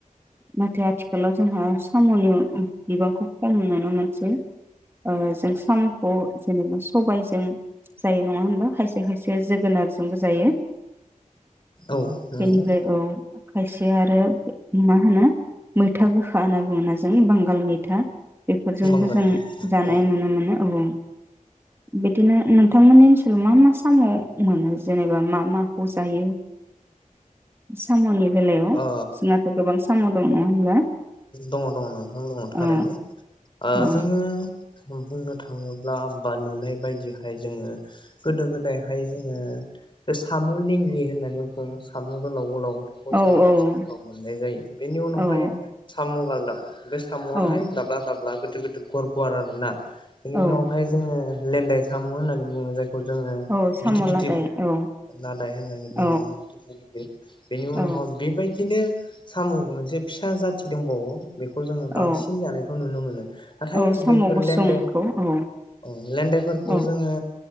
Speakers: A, on the right (about 15°); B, on the left (about 35°).
A: नाथाय आथिखालाव जोंहा साम'नि ओ बिबांखौ खम नुनो मोनसै ओ जों साम'खौ जेनेबा सबायजों जायो नङा होनबा खायसे खायसे जोगोनारजोंबो जायो
B: औ नंगौ
A: बेनिफाय औ खायसेया आरो मा होनो मैथा गोखा होना बुङोना जों बांगाल मैथा बेफोरजोंबो
B: बांगाल
A: जों जानाय
B: औ
A: नुनो मोनो औ बिदिनो नोंथांमोननि ओनसोलाव मा मा साम' मोनो जेनेबा मा माखौ जायो साम'नि बेलायाव
B: ओ
A: जोंनाथ' गोबां साम' दं नङा होनबा
B: दङ दङ नोंथां दङ थारैनो
A: औ
B: आ
A: औ
B: जोङो जों बुंनो थाङोब्ला बा नुनाय बायदिहाय जोङो गोदो गोदायहाय जोङो बे साम' लेंग्रि होननानै बुङो साम' गोलाव गोलाव बेख'
A: औ
B: जोङो
A: औ
B: दैसाफोराव मोननाय जायो बेनि उनावहाय
A: औ
B: साम' गालदाब बे साम'आहाय
A: औ
B: दाब्ला दा ब्ला गोदो गोदो गुवार गुवार आरो ना बेनि
A: औ
B: उनावहाय जोङो लेेनन्दाय साम' होन्नानै बुङो जाय खौ जोङो
A: औ साम'
B: गिदिर गिदिर
A: लादाय औ
B: लादाय होननानै
A: औ
B: बुङो बेदि गिदिर गिदिर बेनि उनाव
A: औ
B: बेबायदिनो साम' मोनसे फिसा जा थि दंबावो बेखौ जोङो बांसिन
A: औ
B: जानायखौ नुनो मोनो नाथाय
A: औ साम'
B: बैफोर
A: गुसुंखौ
B: लेन्डे
A: औ
B: ओ लेनदेफोरखौ
A: औ
B: जोङो